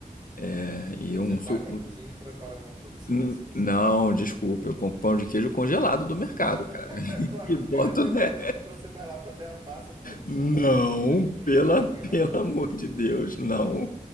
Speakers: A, on the right (about 30°); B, on the left (about 65°).
A: Entendo.
B: é, e
A: Você
B: um,
A: vai
B: su-
A: para a cozinha e prepara alguma coisa assim
B: N-
A: mais especial.
B: Não, desculpa, eu compro pão de queijo congelado do mercado,
A: <laughs>
B: cara. <laughs>
A: Eu tô-
B: E boto
A: eu já estou
B: na...
A: imaginando que você vai lá fazer a massa tradicional
B: Não,
A: da família mineira,
B: pela,
A: assim,
B: pelo
A: ó.
B: amor de Deus, não.